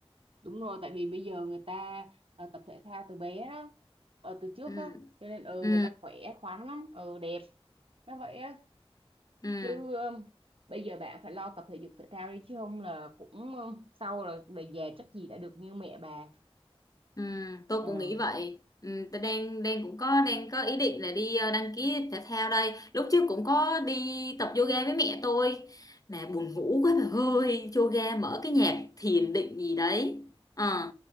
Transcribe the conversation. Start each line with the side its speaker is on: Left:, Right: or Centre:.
Right: đúng rồi tại vì bây giờ người ta ờ, tập thể thao từ bé đó ờ, từ trước
Left: ừ
Right: á cho nên ừ
Left: ừ
Right: người ta khỏe khoắn lắm ừ đẹp nó vậy á
Left: ừ
Right: chứ ừm, bây giờ bạn phải lo tập thể dục thể thao đi chứ không là cũng ừm, sau là về già chắc gì đã được như mẹ bà
Left: Ừ, tôi
Right: Ờ,
Left: cũng nghĩ vậy. Ừ, tôi đang đang cũng có đang có ý định là đi ờ, đăng ký thể thao đây. Lúc trước cũng có đi tập yoga với mẹ tôi mà buồn ngủ quá bà ơi. Yoga mở cái nhạc thiền định gì đấy. Ờ,